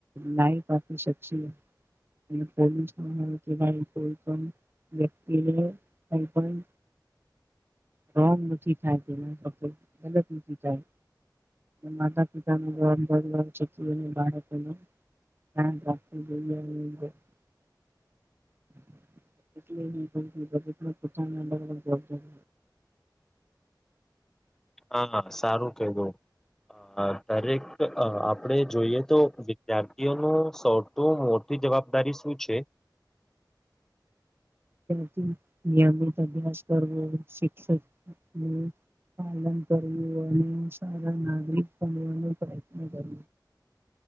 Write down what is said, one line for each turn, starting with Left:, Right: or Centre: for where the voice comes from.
Right: લાઈફ આપી શકશુ અને પોલ્યુશન <unintelligible> વ્યક્તિએ કંઈ પણ રોંગ નથી થાય તેના સાથે ગલત નથી થાય. માતા પિતાનું <unintelligible> બાળકોને હા <unintelligible> એટલે <unintelligible>
Centre: હા સારું કીધું. અ દરેક આપણેે જોઈએ તો વિદ્યાર્થીઓનું સૌથી મોટી જવાબદારી શું છે?
Right: થી નિયમિત અભ્યાસ કરવો શિક્ષકની પાલન કરવુ અને સારા નાગરિક બનવાનો પ્રયત્ન કર